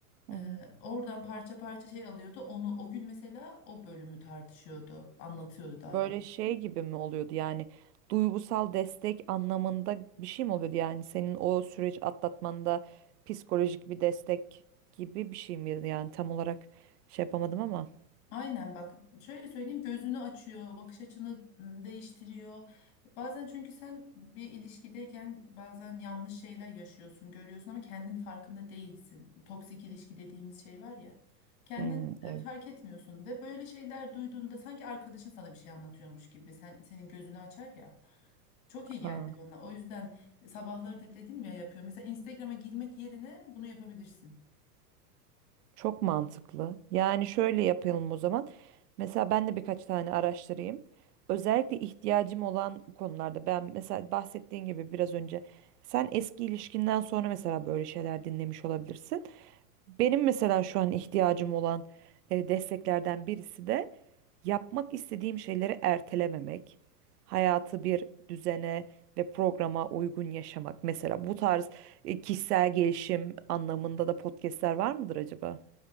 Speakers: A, on the right; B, on the left.
A: Hı
B: Ee,
A: hı.
B: oradan parça parça şey alıyordu. Onu o gün mesela o bölümü tartışıyordu, anlatıyordu daha
A: Böyle
B: doğrusu.
A: şey gibi mi oluyordu yani duygusal destek anlamında bir şey mi oluyordu yani senin o süreç atlatmanda psikolojik bir destek gibi bir şey miydi yani tam olarak şey yapamadım ama.
B: Aynen bak şöyle söyleyeyim gözünü açıyor, bakış açını ım, değiştiriyor. Bazen çünkü sen bir ilişkideyken bazen yanlış şeyler yaşıyorsun, görüyorsun ama kendin farkında değilsin. Toksik ilişki dediğimiz şey var ya. Kendin
A: Hmm,
B: e,
A: evet.
B: fark etmiyorsun ve böyle şeyler duyduğunda sanki arkadaşın sana bir şey anlatıyormuş gibi sen senin gözünü açar ya. Çok iyi geldi
A: Ha.
B: bana. O yüzden sabahları da dedim ya yapıyor. Mesela Instagram'a girmek yerine bunu yapabilirsin.
A: Çok mantıklı. Yani şöyle yapalım o zaman. Mesela ben de birkaç tane araştırayım. Özellikle ihtiyacım olan konularda ben mesela bahsettiğin gibi biraz önce sen eski ilişkinden sonra mesela böyle şeyler dinlemiş olabilirsin. Benim mesela şu an ihtiyacım olan e, desteklerden birisi de yapmak istediğim şeyleri ertelememek, hayatı bir düzene ve programa uygun yaşamak. Mesela bu tarz e, kişisel gelişim anlamında da podcastler var mıdır acaba?